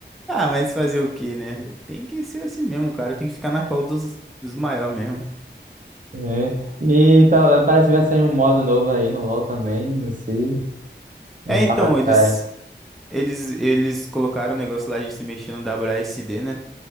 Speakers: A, in the centre; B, on the right (about 45°).
A: Ah, mas fazer o quê, né? Tem que ser assim mesmo, cara, tem que ficar na cola dos, dos maiores mesmo.
B: É. E tá, parece que vai sair um modo novo aí no LoL também, não sei, uns
A: É, então,
B: mapas diferentes.
A: eles, eles, eles colocaram o negócio lá de se mexer no WASD, né?